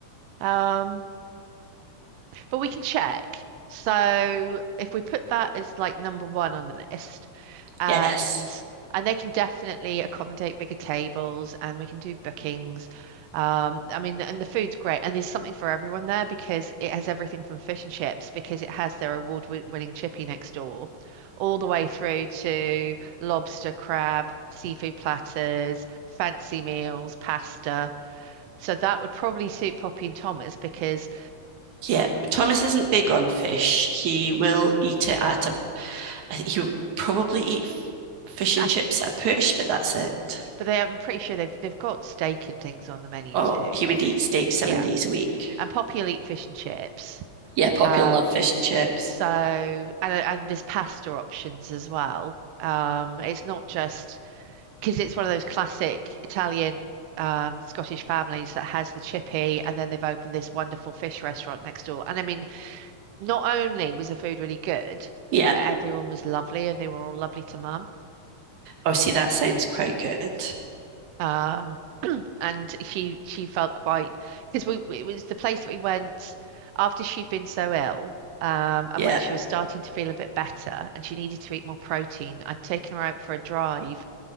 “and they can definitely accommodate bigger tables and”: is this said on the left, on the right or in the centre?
Right